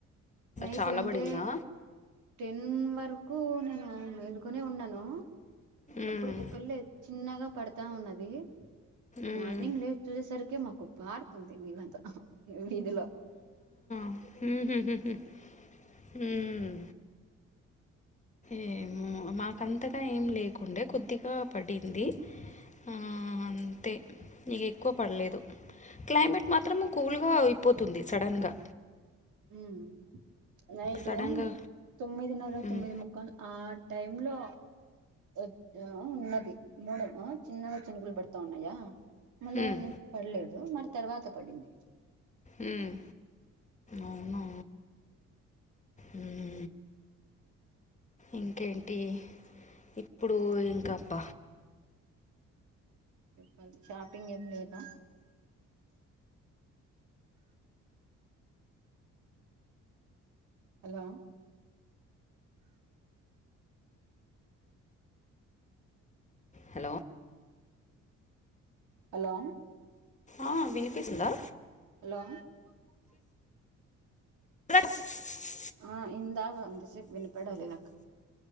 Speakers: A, on the right; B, on the left.
A: నైట్
B: చాలా
A: అంటే
B: పడిందా
A: టెన్ వరకు కు నేను వెేలుకొనే ఉన్నాను
B: ఉమ్
A: అప్పుటికి పల్లెద్ చిన్నగా పడతా ఉన్నది
B: ఉమ్
A: మార్నింగ్ లేసి చూసేసరికి మాకు పార్తుంది నీలంత వీధిలో
B: మ్మ్ హు హు హు మ్మ్ ఏమో మాకంతగా ఏం లేకుండే కొద్దిగా పడింది ఆ అంతే ఇగ ఎక్కువ పడలేదు క్లైమేట్ మాత్రము కూల్ గా అయిపోతుంది సడన్ గా
A: ఉమ్ నైటు
B: సడన్గా
A: తొమ్మిదిన్నర
B: ఉమ్
A: తొమ్మిది ముక్కలు ఆ టైమ్ లో ఎప్ ఆ ఉన్నది మొడం ఆ చిన్నగా చినుగులు పడతా ఉన్నాయా మళ్ళా
B: ఉమ్
A: పడలేదు మరి తర్వాత పడింది
B: మ్మ్ అవునా మ్మ్ ఇంకేంటి ఇప్పుడు ఇంకప్ప
A: చెప్పాలి షాపింగ్ ఏం లేదా హలో
B: హలో
A: హలో
B: ఆ వినిపేసిందా
A: హలో
B: <inaudible>
A: ఆ ఇందాక అంతసేపు వినిపడలేదక్క